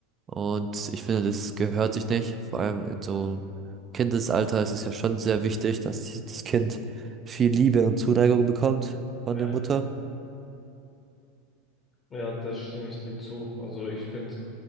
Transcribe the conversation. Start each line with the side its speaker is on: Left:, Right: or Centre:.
Right: Und ich finde, das gehört sich nicht. Vor allem in so einem Kindesalter ist es ja schon sehr wichtig, dass die- das Kind viel Liebe und Zuneigung bekommt von
Left: Ja,
Right: der Mutter.
Left: ja, da stimme ich dir zu. Also ich finde,